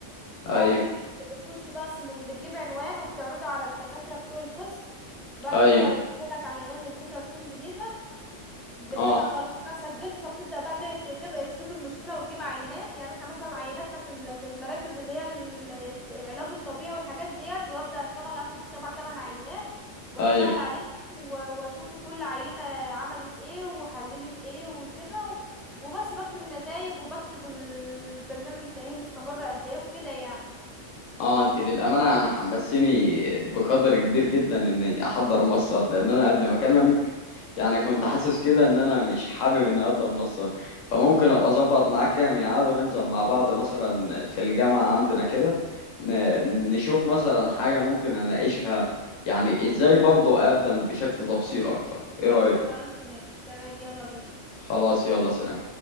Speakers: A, in the centre; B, on the left.
A: وبعد
B: ايوه
A: كده بت- بتخش بقى سم- بتجيب عنوان وبتعرضه على الدكاتره بتوع القسم وبعد
B: ايوه
A: كده لو تقول لك على العنوان والفكره تكون جديده بتبقى
B: اه
A: خلاص بقى سجلت فبتبدأ بقى ت- تبقى تشوف المشكلة وتجيب عينات يعني احنا مثلا عيناتنا في ال- في المراكز اللي هي ال- العلاج الطبيعي والحاجات ديت وابدأ اشتغل اخد سبع تمن عينات واشتغل
B: ايوه
A: عليهم و- واشوف كل عينة عملت ايه وحللت ايه وكده و- وبس بكتب النتائج وبكتب البرنامج التأهيلي استمر قد ايه وكده يعني
B: اه انت للامانه انا حمسيني بقدر كبير جدا اني احضر مصر لان انا قبل ما اكلمك يعني كنت حاسس كده ان انا مش حابب اني اقدم مصر فممكن ابقى اظبط معاك كام ميعاد وننزل مع بعض مثلا في الجامعه عندنا كده ن- نشوف مثلا حاجه ممكن اناقشها يعني ازاي برضه اقدم بشكل تفصيل اكتر ايه رايك
A: خلاص ماشي تمام يلا بينا
B: خلاص يلا سلام